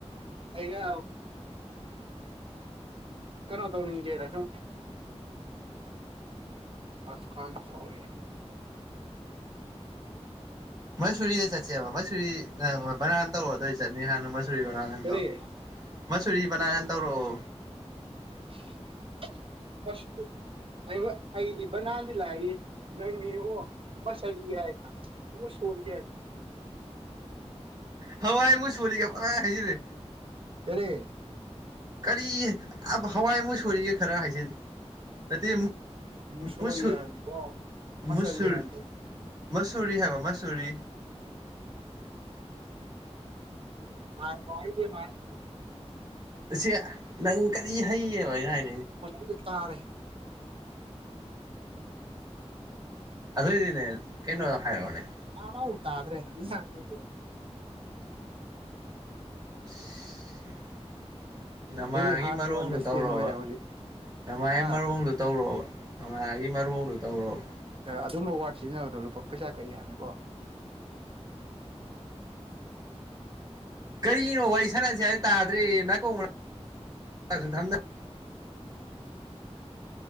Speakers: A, on the right; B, on the right.
A: ꯑꯩꯅ ꯀꯩꯅꯣ ꯇꯧꯅꯤꯖꯔꯁꯣ ꯑꯁ ꯈ ꯁ <unintelligible>
B: ꯃꯣꯏ ꯁꯨꯔꯔꯤꯗ ꯆꯠꯁꯤꯦꯕ ꯃꯣꯏ ꯁꯨꯔꯔꯤ ꯅꯪ ꯍꯣꯏ ꯕꯅꯥꯥꯟ ꯇꯧꯔ ꯑꯗꯨꯏ ꯆꯠꯅꯤ ꯍꯥꯟꯅ ꯃꯆꯨꯔꯤ ꯕꯅꯥꯗꯣ
A: ꯀꯔꯤ
B: ꯃꯁꯨꯔꯤ ꯅꯥ ꯀꯥꯟ ꯇꯧꯔꯛꯑꯣ
A: <unintelligible> ꯑꯩ ꯑꯩꯗꯤ ꯕꯅꯥꯜꯗꯤ ꯂꯥꯛꯔꯤ ꯅꯪꯅꯦꯉꯣ ꯃꯁꯗꯤ ꯌꯥꯑꯒ ꯃꯨ ꯁꯣꯔꯤ
B: ꯍꯋꯥꯏ ꯃꯨ ꯁꯣꯔꯤꯒꯥꯏ ꯍꯥꯏꯖꯔꯦ
A: ꯀꯔꯤ
B: ꯀꯔꯤ ꯍꯋꯥꯏꯃꯨꯛ ꯁꯣꯔꯤꯒꯦ ꯈꯔ ꯍꯥꯏꯖꯤꯟ ꯅꯠꯇꯦ
A: ꯃꯨꯁꯣꯔꯤ
B: ꯃꯨꯁꯨ
A: ꯍꯥꯏꯕꯅꯤꯀꯣ ꯃꯁꯔꯤ
B: ꯃꯨꯁꯨꯨꯔ
A: ꯍꯥꯏꯕꯅꯦ
B: ꯃꯁꯔꯤ ꯍꯥꯏꯕ ꯃꯁꯔꯤ
A: ꯍꯥꯏꯗ ꯃꯥꯗ
B: ꯑꯁꯤ ꯅꯪ ꯀꯔꯤ ꯍꯩꯌꯦ ꯍꯥꯏ ꯍꯥꯏꯥꯏ
A: <unintelligible>
B: ꯑꯗꯨꯏꯗꯤꯅꯦ ꯀꯩꯅꯣ ꯍꯥꯏꯔꯣꯅꯦ
A: ꯑ <unintelligible> ꯇꯥꯗ꯭ꯔꯦ <unintelligible>
B: <unintelligible>
A: ꯚꯦꯔꯤ ꯍꯥꯔꯠ
B: <unintelligible>
A: ꯇꯨ ꯑꯟꯗꯔꯁꯇꯦꯟ ꯑꯣꯏꯔꯦ ꯍꯧꯖꯤꯛ ꯍꯥ
B: <unintelligible>
A: ꯑꯗꯨꯝꯕ ꯋꯥꯔꯗ ꯁꯤꯖꯤꯟꯅꯕꯗꯣ ꯂꯨꯄꯥ ꯄꯩꯁꯥ ꯀꯛꯏ ꯍꯥꯏꯕꯅꯤꯀꯣ
B: ꯀꯔꯤꯅꯣ ꯋꯥꯔꯤ ꯁꯅꯥꯁꯦ ꯍꯥꯏ ꯇꯥꯗ꯭ꯔꯤ ꯅꯥꯀꯣꯡ <unintelligible>